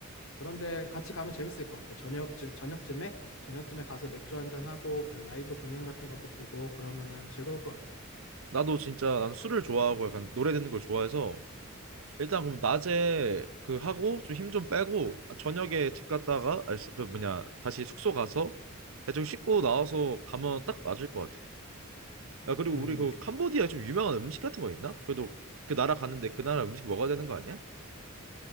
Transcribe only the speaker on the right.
나도 진짜 난 술을 좋아하고 약간 노래 듣는 걸 좋아해서 일단 그럼 낮에 그 하고 좀 힘 좀 빼고 아, 저녁에 집 갔다가 아니, 수- 그 뭐냐 다시 숙소 가서 대충 씻고 나와서 가면 딱 맞을 것 같아. 야 그리고
우리 그 캄보디아에 좀 유명한 음식 같은 거 있나? 그래도 그 나라 갔는데 그 나라 음식 먹어야 되는 거 아니야?